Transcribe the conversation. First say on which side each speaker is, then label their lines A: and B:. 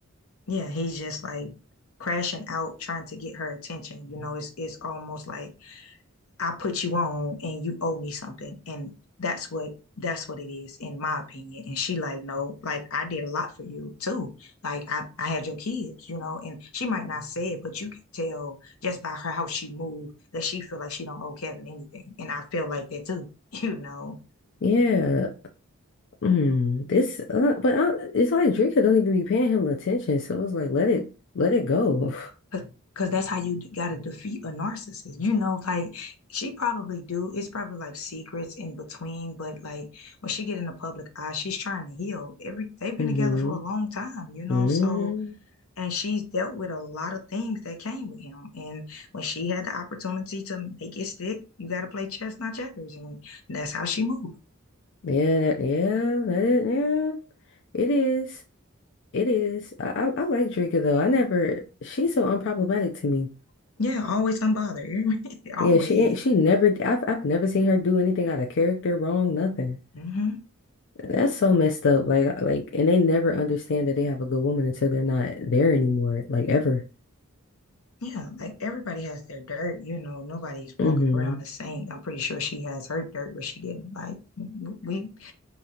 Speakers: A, on the left; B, on the left.
A: Yeah, he's just like crashing out, trying to get her attention. You know, it's it's almost like I put you on and you owe me something. And that's what that's what it is, in my opinion. And she like, no, like I did a lot for you too. Like I, I had your kids, you know, and she might not say it, but you can tell just by her how she moved that she feel like she don't owe Kevin anything. And I feel like that too, <laughs> you know.
B: Yeah. Mm. This uh, but I, it's like Drake don't even be paying him attention, so it's like let it let it go. <laughs>
A: Cause, 'cause that's how you d- gotta defeat a narcissist. You know, like she probably do. It's probably like secrets in between, but like when she get in the public eye, she's trying to heal. Every they've been
B: Mm-hmm.
A: together for a long time, you know.
B: Mm-hmm.
A: So and she's dealt with a lot of things that came with him. And when she had the opportunity to make it stick, you gotta play chess, not checkers, and that's how she moved.
B: Yeah, that yeah, that is yeah. It is. It is. I, I I like Drinker though. I never. She's so unproblematic to me.
A: Yeah, always unbothered. <laughs> Always.
B: Yeah, she ain't. She never. I've I've never seen her do anything out of character, wrong, nothing.
A: hmm
B: That's so messed up. Like like, and they never understand that they have a good woman until they're not there anymore. Like ever.
A: Yeah, like everybody has their dirt, you know, nobody's
B: hmm
A: walking around the same. I'm pretty sure she has her dirt where she didn't like w- we